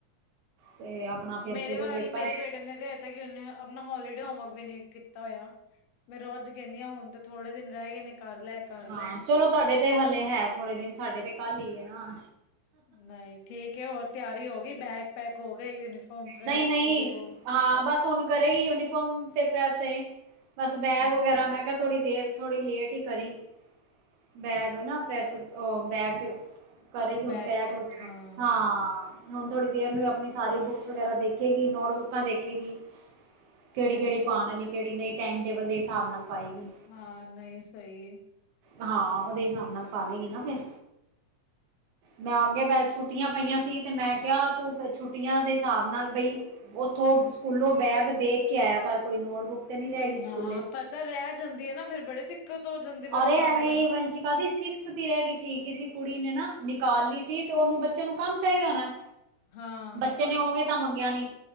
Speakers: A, on the right (about 75°); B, on the left (about 65°).
A: ਤੇ ਆਪਣਾ ਫੇਰ
B: ਮੇਰੇ
A: ਸ਼ੁਰੂ
B: ਵੱਲ
A: ਪੇਪਰ
B: ਮੇਰੇ ਬੇਟੇ ਨੇ ਹਜੇ ਤੱਕ ਉਹਨੇ ਆਪਣਾ ਹੋਲੀਡੇ ਹੋਮਵਰਕ ਵੀ ਨਹੀਂ ਕੀਤਾ ਹੋਇਆ। ਮੈਂ ਰੋਜ ਕੈਨੀ ਹਾਂ, ਹੁਣ ਤੇ ਥੋੜੇ ਦਿਨ ਰਹਿ ਗਏ ਨੇ, ਕਰ ਲੈ। ਕਰ
A: ਹਾਂ
B: ਲੈ।
A: ਚਲੋ ਤੁਹਾਡੇ ਤੇ ਹਲੇ ਹੈ ਥੋੜੇ ਦਿਨ, ਸਾਡੇ ਤੇ ਕੱਲ ਹੀ ਏ ਨਾ।
B: ਨਹੀਂ, ਠੀਕ ਏ। ਹੋਰ ਤਿਆਰੀ ਹੋ ਗਈ, ਬੈਗ ਪੈਕ ਹੋ ਗਏ, ਯੂਨੀਫਾਰਮ ਪ੍ਰੈਸ
A: ਨਹੀਂ-ਨਹੀਂ,
B: ਯੇ ਵੋ।
A: ਹਾਂ। ਬਸ ਹੁਣ ਕਰੇਗੀ, ਯੂਨੀਫਾਰਮ ਤੇ ਪੈਸ ਏ। ਬਾੱਸ ਬੈਗ
B: ਅੱਛਾ
A: ਵਗੈਰਾ ਮੈਂ ਕੇਆ ਥੋੜੀ ਦੇਰ ਥੋੜੀ ਲੇਟ ਈ ਕਰੀ। ਬੈਗ ਨਾ ਪ੍ਰੈਸ ਓ ਬੈਗ ਚ ਕਰੇਗੀ ਹੁਨ
B: ਬੈਕ
A: ਪੈਕ
B: ਸੈਟ
A: ਵਗੈਰਾ
B: ਹਾਂ
A: ਹਾਂ, ਹੁਨ ਥੋੜੀ ਦੇਰ ਨੂੰ ਆਪਨੀ ਸਾਰੀ ਬੁੱਕਸ। ਵਗੈਰਾ ਦੇਖੇਗੀ ਨੋਟਬੁੱਕਾਂ ਦੇਖੇਗੀ ਕੇੜੀ, ਕੇੜੀ
B: ਅੱਛਾ
A: ਪਾਨ
B: ਅੱਛਾ
A: ਆਲੀ, ਕੇੜੀ ਨਈ। ਟਾਈਮ ਟੇਬਲ ਦੇ ਹਿਸਾਬ ਨਾਲ ਪਾਏਗੀ।
B: ਹਾਂ, ਨਈ ਸਈ ਏ।
A: ਹਾਂ, ਓਦੇ ਹਿਸਾਬ ਨਾਲ ਪਾਲੇਗੀ ਨਾ ਫੇਰ। ਮੈਂ ਅੱਗੇ ਛੁੱਟੀਆਂ ਪਈਆਂ ਸੀ ਤੇ ਮੈਂ ਕੇਆ ਤੂੰ ਛੁੱਟੀਆਂ ਦੇ ਹਿਸਾਬ ਨਾਲ ਬਈ। ਓਥੋਂ ਸਕੂਲੋਂ ਬੈਗ ਦੇਖ ਕੇ ਆਏਆ ਕਾੱਰ ਕੋਈ ਨੋਟਬੁੱਕ। ਤੇ ਨੀ ਰਹਿ ਗਈ ਸਕੂਲੇ।
B: ਹਾਂ ਪਤਾ ਰੈ ਜਾਂਦੀ ਏ ਨਾ, ਫੇਰ ਬੜੇ ਦਿੱਕਤ ਜਾਂਦੀ ਬੱਚਿਆਂ
A: ਅਰੇ ਐਵੇਂ
B: ਨੂੰ
A: <unintelligible> ਕਦੀ ਸਿਕਸ ਦੀ ਰੈਗੀ ਸੀ, ਕਿਸੇ ਕੁੜੀ ਨੇ ਨਾ ਨਿਕਾਲ ਲੀ ਸੀ, ਤੇ ਓਨੂੰ ਬੱਚੇ ਨੂੰ ਕਾੱਮ ਚਾਈਦਾ ਹੋਨਾ।
B: ਹਾਂ।
A: ਚ ਏਨੇ ਓਵੇਂ ਤਾਂ ਮੰਗੇਆ ਨੀ,